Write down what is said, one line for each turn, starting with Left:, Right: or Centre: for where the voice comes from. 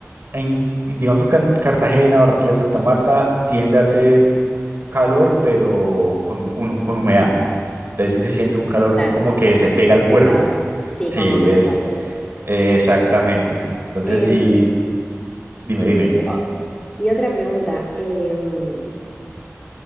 Right: En, digamos que en Cartagena, Barranquilla, Santa Marta tiende a ser calor, pero con, un- con humedad. Entonces sí se siente un calor
Left: claro,
Right: como que se pega al cuerpo.
Left: pesado. Sí,
Right: Sí,
Left: como en Buenos
Right: es
Left: Aires.
Right: eh, exactamente. Entonces
Left: Em,
Right: sí, dime,
Left: y,
Right: dime.
Left: o- y otra pregunta, em,